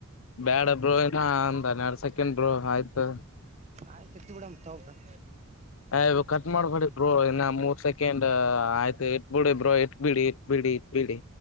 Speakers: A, on the left; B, on the right.
A: ಬ್ಯಾಡಬ್ರು ಏನ ನ್ನೆ ಎರಡ್ ಸೆಕೆಂಡರು ಆಯ್ತು
B: ಆಯ್ತು ಇಟ್ಬಿಡಮ್ ತಗೋ ಬ್ರೋ
A: ಅಯ ಕಟ್ ಮಾಡ್ಬಿಡ್ರೋ ಇನ್ನ ಮೂರ್ ಸೆಕೆಂಡ್ ಆಯ್ತು ಇಟ್ಬಿಡಿ ಬ್ರೋ ಇಟ್ಬಿಡಿ ಇಟ್ಬಿಡಿ ಇಟ್ಬಿಡಿ